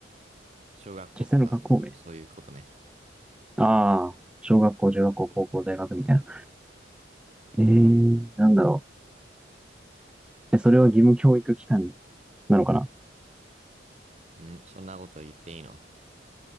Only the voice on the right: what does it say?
小学校とか、
その、そういうことね。
うん、そんなこと言っていいの